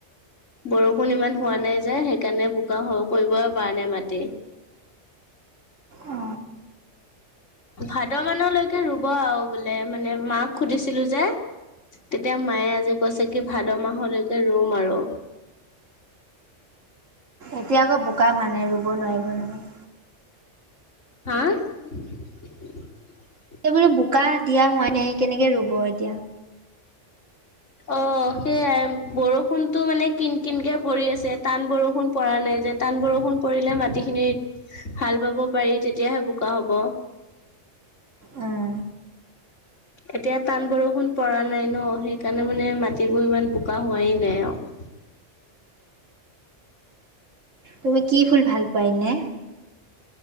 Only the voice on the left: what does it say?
বৰষুণ ইমান হোৱা নাই যে, সেইকাৰণে বোকা <unintelligible> কৰিবই পৰা নাই মাটি
ভাদ মানলৈকে ৰোব আৰু বোলে। মানে, মাক সুধিছিলোঁ যে। তেতিয়া, মায়ে আজি কৈছে কি, ভাদ মাহলৈকে ৰোম আৰু।
হা! <unintelligible>
অ'! সেয়াই বৰষুণতো মানে, কিন-কিনকে পৰি আছে। টান বৰষুণ পৰা নাই যে, টান বৰষুণ পৰিলে, মাটিখিনি হাল বাব পাৰি। তেতিয়াহে, বোকা হ'ব।
এতিয়া, টান বৰষুণ পৰা নাই ন'। সেইকাৰণে মানে, মাটিবোৰ ইমান বোকা হোৱাই নাই আৰু।